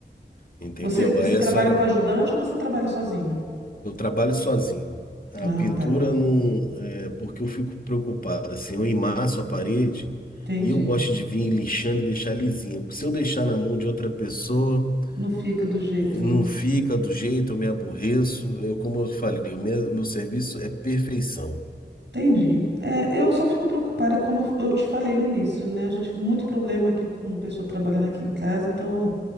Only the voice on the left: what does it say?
entendeu?
Aí
a senhora
Eu trabalho sozinho. A
pintura
não, é, porque eu fico preocupado, assim, eu emasso a parede
e eu gosto de vir lixando e deixar lisinha. Porque se eu deixar na mão de outra pessoa,
eh,
não fica do jeito, eu me aborreço. Eu, como eu falei, o meu, meu serviço é perfeição.